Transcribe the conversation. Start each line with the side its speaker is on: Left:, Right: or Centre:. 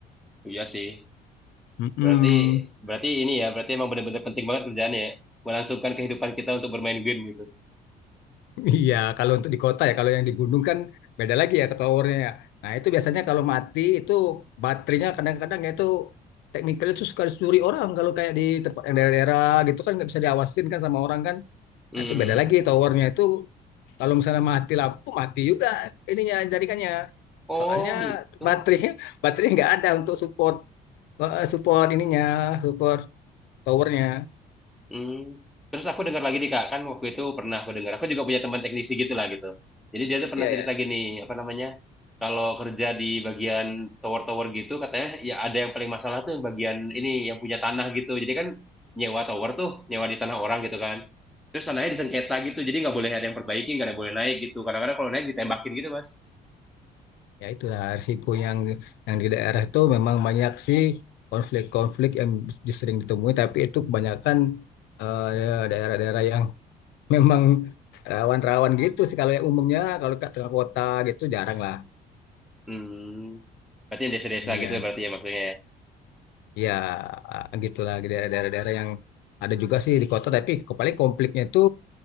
Centre: Iya sih.
Left: Mm-mm.
Centre: Berarti
Left: <laughs>
Centre: berarti ini ya, berarti emang benar-benar penting banget kerjaannya ya. Melangsungkan kehidupan kita untuk bermain game gitu.
Left: Iya kalau untuk di kota ya kalau yang di gunung kan beda lagi ya ke towernya ya. Nah itu biasanya kalau mati itu baterainya kadang-kadang ya itu Teknikal itu suka dicuri orang kalau kayak di tempat yang daerah-daerah gitu kan nggak bisa diawasin kan sama orang kan
Centre: Hmm.
Left: Nah, itu beda lagi towernya itu kalau misalnya mati lampu mati juga ininya jaringannya.
Centre: Oh
Left: Soalnya
Centre: gitu.
Left: baterai <laughs> baterai nggak ada untuk support eh, support ininya, support towernya.
Centre: Hmm. Terus aku dengar lagi nih Kak, kan waktu itu pernah aku dengar. Aku juga punya teman teknisi gitu lah gitu. Jadi dia tuh pernah
Left: Iya ya.
Centre: cerita gini, apa namanya? Kalau kerja di bagian tower-tower gitu katanya ya ada yang paling masalah tuh bagian ini yang punya tanah gitu. Jadi kan nyewa tower tuh, nyewa di tanah orang gitu kan. Terus tanahnya disengketa gitu, jadi nggak boleh ada yang perbaiki, nggak ada yang boleh naik gitu. Kadang-kadang kalau naik ditembakin gitu Mas.
Left: Ya itulah risiko yang yang di daerah itu memang banyak sih konflik-konflik yang sering ditemui tapi itu kebanyakan eh, ya, daerah-daerah yang <laughs> memang rawan-rawan gitu sih kalau yang umumnya kalau ke tengah kota gitu jarang lah.
Centre: Hmm. Berarti yang desa-desa
Left: Iya.
Centre: gitu ya berarti ya maksudnya ya.
Left: Ya, gitulah di daerah-daerah yang ada juga sih di kota, tapi ke- paling konfliknya itu